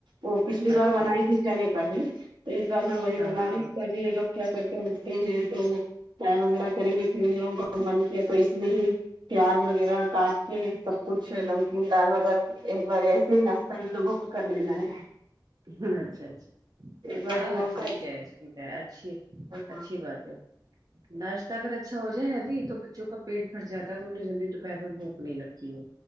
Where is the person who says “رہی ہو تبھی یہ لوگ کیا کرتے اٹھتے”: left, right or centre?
Right